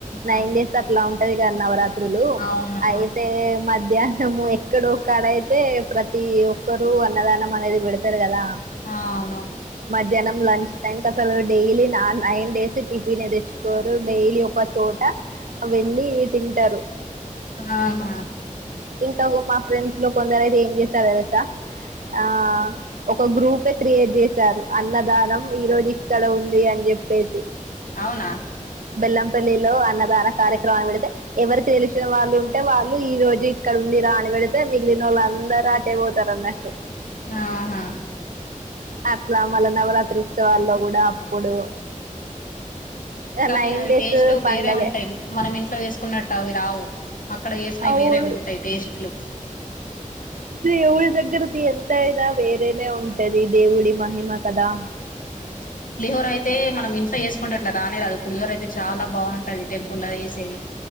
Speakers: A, on the right (about 75°); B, on the left (about 80°).
A: నైన్
B: ఆ
A: డేస్ అట్ల ఉంటది కద నవరాత్రి త్రులు
B: అవునా
A: అయితే మధ్య డము ఎక్కడో ఒక్కడా అయితే ప్రతి ఒక్కరు అన్నదానం అనేది పెడతారు కదా
B: ఆ అవును
A: మధ్యానం లంచ్ టైమ్కి అసలు డైలీ నా నైన్ డేస్ టిఫిని తెచ్చుకోరు డైలీ ఒక చోట వెళ్ళి తింటరు
B: ఆహా
A: ఇంకా మా ఫ్రెండ్స్ లో కొందరు అయితే ఏం చేస్తారు తెలుసా ఆ ఒక గ్రూపే క్రియేట్ చేశారు అన్నదానం ఈ రోజు ఇక్కడ ఉంది అని చెప్పేసి
B: అవునా
A: బెల్లంపల్లిలో అన్న ధారా కార్యక్రమాన్ని పెడితే ఎవరికి తెలిసిన వాళ్ళు ఉంటే వాళ్ళు ఈ రోజు ఇక్కడ ఉంది రా అని పెడితే మిగిలిన వలందరు అటే పోతరన్నట్టు
B: ఆహా
A: అట్లా మళ్ళ నవరాత్రి ఉత్సవాల్లో కూడా అప్పుడు
B: <inaudible> కానీ
A: నైన్
B: అవి
A: డేస్
B: టేస్ట్
A: పండగే
B: వేరే ఉంటయి మనం ఇంట్లో వేసుకున్నట్టు అవి రావు అక్కడ చేసినయ్
A: అవును
B: వేరే ఉంటయి టేస్ట్లు
A: దేవుడి దగ్గరిది ఎంత అయిన వేరేనే ఉంటది దేవుడి మహిమ కదా
B: హ్మ్ పులిహోర అయితే మనం ఇంట్లో చేసుకుంట ఇట్లా రానే రాదు పులిహోర అయితే చాలా బాగుంటది టెంపులో చేసేది